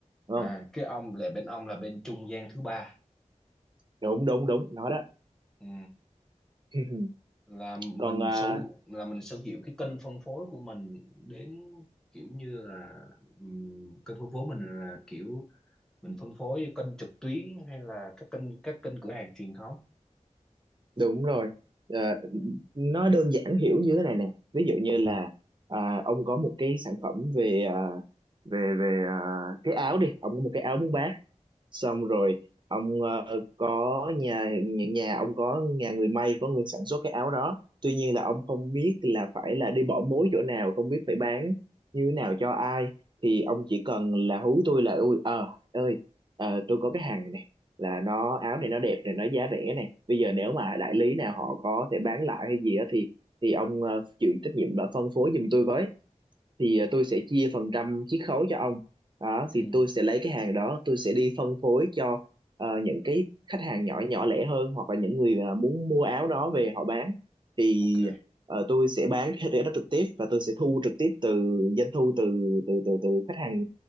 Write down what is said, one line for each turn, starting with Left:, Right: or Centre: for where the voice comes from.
Right: đúng
Centre: à
Right: không
Centre: cái ông là bên ông là bên trung gian thứ ba
Right: đúng đúng đúng nó đó
Centre: ừ
Right: <laughs>
Centre: là mình
Right: còn à,
Centre: sở là mình sở hữu cái kênh phân phối của mình đến kiểu như là ừm, kênh phân phối mình là kiểu mình phân phối kênh trực tuyến hay là các kênh các kênh cửa hàng truyền thống
Right: đúng rồi À, nó đơn giản hiểu như thế này nè ví dụ như là à, ông có một cái sản phẩm về à, về về à, cái áo đi ông có một cái áo muốn bán xong rồi ông ờ, có nhà những nhà ông có nhà người may có người sản xuất cái áo đó tuy nhiên là ông không biết là phải là đi bỏ mối chỗ nào không biết phải bán như thế nào cho ai thì ông chỉ cần là hú tôi là ui ờ ơi ờ, tôi có cái hàng này này, là nó áo này nó đẹp này nó giá rẻ này bây giờ nếu mà đại lý nào họ có thể bán lại hay gì đó thì thì ông ờ, chịu trách nhiệm là phân phối giùm tôi với thì à, tôi sẽ chia phần trăm chiết khấu cho ông đó
Centre: ừ
Right: thì tôi sẽ lấy cái hàng đó tôi sẽ đi phân phối cho ờ, những cái khách hàng nhỏ nhỏ lẻ hơn hoặc là những người à, muốn mua áo đó về họ bán thì
Centre: ok
Right: ờ, tôi sẽ bán cái rẻ đó trực tiếp và tôi sẽ thu trực tiếp từ doanh thu từ từ từ từ khách hàng